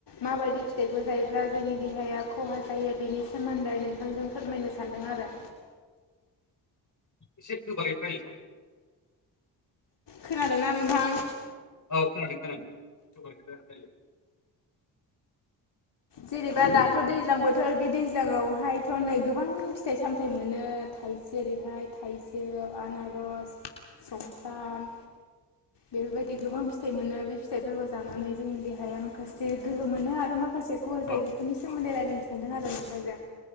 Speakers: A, on the left; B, on the left.
A: माबायदि फिथाइखौ जायोब्ला जोंनि देहाया खहा जायो बेनि सोमोन्दै नोंथांजों फोरमायनो सानदों आरो
B: एसे गोबारै रायलाय
A: खोनादोंना नोंथां
B: औ खोनादों खोनादों
A: जेनेबा दाथ' दैज्लां बोथोर बे दैज्लाङावहायथ' नै गोबां फिथाइ सामथाइ मोनो जेरैहाय थाइजौ आनारस समफ्राम बेफोरबायदि गोबां फिथाइ मोनो बे फिथाइफोरखौ जानानै जोंनि देहाया माखासे गोहो मोनो आरो माखासे खहा जायो
B: औ
A: बेफोरनि सोमोन्दै रायलायनो सानदों आरो नोंथांजों